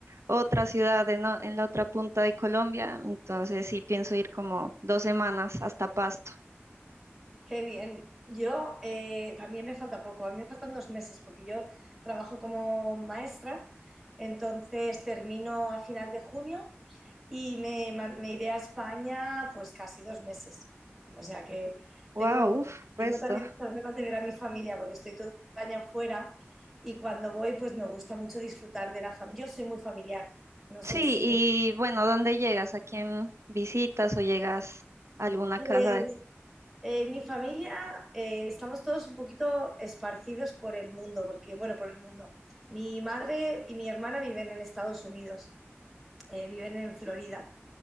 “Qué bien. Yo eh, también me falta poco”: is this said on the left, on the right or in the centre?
Centre